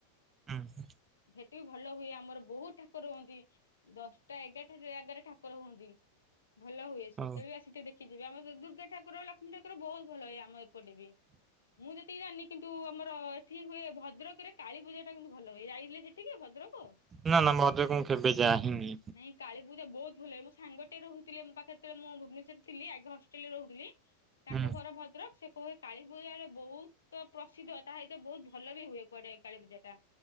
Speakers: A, on the right (about 25°); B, on the left (about 80°).
A: ଉୁଁ।
B: ହେଟି ଭଲ ହୁଏ ଆମର ବହୁତ୍ ଠାକୁର ହୁଅନ୍ତି ଦଶଟା ଏଗାରଟା ଜାଗାରେ ଠା ଠାକୁର ହୁଅନ୍ତି ଭଲ ହୁଏ।
A: ହଉ
B: କେବେ ବି ଆସିକି ଟିକେ ଦେଖିି ଯିବେ ଆମର ବି ଦୁର୍ଗାଠାକୁର ଲକ୍ଷ୍ମୀଠାକୁର ବହୁତ୍ ଭଲ ଇଏ ଆମ ଏପ ପଲିରେ ମୁଁ ଯେତିକି ଜାନି କିନ୍ତୁ ଆମର ଏଠି ହୁଏ ଭଦ୍ରକରେ କାଳୀ ପୂଜା ଟା କିନ୍ତୁ ଭଲ ହୁଏ ଯାଇଥିଲି ସେ ଠିକି ଭଦ୍ରକ
A: ନା ନା ଭଦ୍ରକ ମୁଁ କେବେ ଯାଇନି
B: ନାଇ କାଳୀ ପୂଜା ବହୁତ୍ ଭଲ ଲାଗେ। ସାଙ୍ଗଟେ ରହୁଥିଲେ ମୋ ପାଖରେ ତେବେଳେ ମୁଁ ଭୁବନେଶ୍ଵର ଥିଲି ଆଇକନ୍‌ ହଷ୍ଟେଲ ରେ ରହୁଥିଲି ତାଙ୍କ
A: ହୁଁ
B: ଘର ଭଦ୍ରକ ସେ କୁହେ କାଳୀ ପୂଜାରେ ବହୁତ୍‌ ତ ପ୍ରସିଦ୍ଧ ତାହା ଏବେ ବହୁତ୍ ଭଲ ବି ହୁଏ କୁଆଡେ କାଳୀ ପୂଜା ଟା।